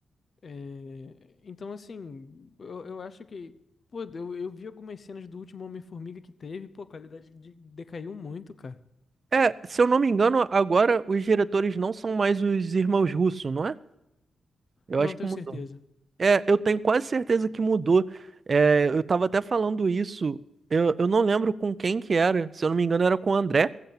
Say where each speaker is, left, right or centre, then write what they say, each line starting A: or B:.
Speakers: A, on the left; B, on the right.
A: É, Então, assim, eu, eu acho que. Pô, eu, eu vi algumas cenas do último Homem-Formiga que teve, pô, a qualidade de- decaiu muito, cara.
B: É, se eu não me engano, agora os diretores não são mais os irmãos Russo, não é? Eu
A: Não
B: acho
A: tenho
B: que mudou.
A: certeza.
B: É, eu tenho quase certeza que mudou. É, eu tava até falando isso. Eu, eu não lembro com quem que era. Se eu não me engano, era com o André.